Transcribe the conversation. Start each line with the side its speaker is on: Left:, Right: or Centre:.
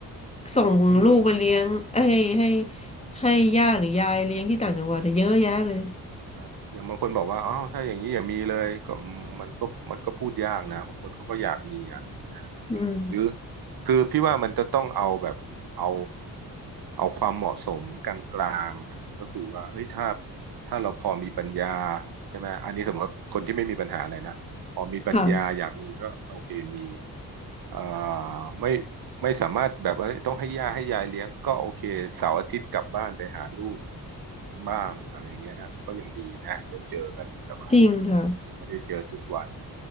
Left: ส่งลูกไปเลี้ยงเอ้ยให้ให้
Right: อืม
Left: ให้ย่าหรือยายเลี้ยงที่ต่างจังหวัดแต่เยอะแยะเลย
Right: ครับอย่างบางคนบอกว่าอ้าวถ้าอย่างนี้อย่ามีเลยก็มันก็มันก็พูดยากนะ บางคนเขาก็อยากมีอ่ะใช่ไหม
Left: อืม
Right: หรือคือพี่ว่ามันจะต้องเอาแบบเอาเอาความเหมาะสมกลางๆอะก็คือว่าเฮ้ยถ้าถ้าเราพอมีปัญญาใช่ไหมอันนี้สมมติว่าคนที่ไม่มีปัญหาอะไรนะพอมีปัญญาอยากมีก็โอเคมี
Left: ค่ะ
Right: เอ่อไม่ไม่สามารถแบบว่าต้องให้ย่าให้ยายเลี้ยงก็โอเคเสาร์อาทิตย์กลับบ้านไปหาลูกบ้างอะไรเงี้ยก็ยังดีนะได้เจอกันแบบว่า
Left: จริงค่ะ
Right: ถึงไม่ได้เจอทุกวัน